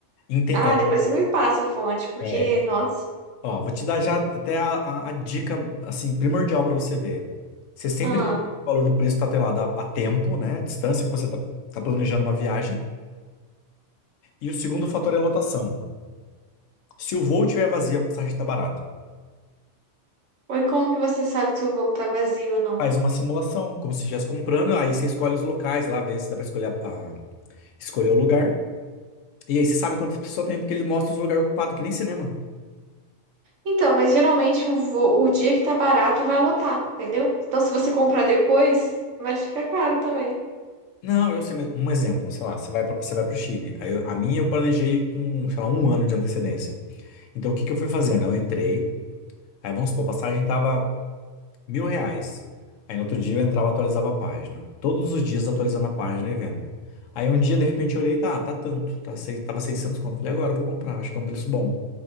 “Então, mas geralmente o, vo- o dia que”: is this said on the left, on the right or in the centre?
Right